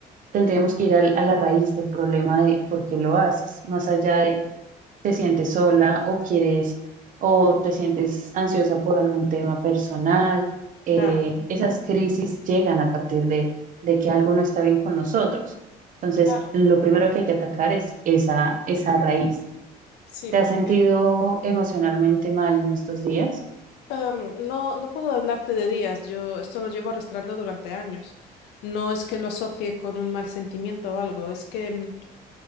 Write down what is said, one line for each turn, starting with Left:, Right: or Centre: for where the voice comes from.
Right: tendríamos que ir al- a, la raíz del problema de por qué lo haces, más allá de te sientes sola o quieres o te sientes ansiosa por algún tema personal. eh,
Left: Claro,
Right: esas crisis llegan a partir de, de que algo no está bien con nosotros. Entonces,
Left: claro,
Right: lo primero que hay que atacar es esa, esa raíz.
Left: sí,
Right: ¿Te
Left: porque
Right: has sentido emocionalmente mal en estos días?
Left: em, no, no puedo hablarte de días, yo esto lo llevo arrastrando durante años. No es que lo asocie con un mal sentimiento o algo, es que em,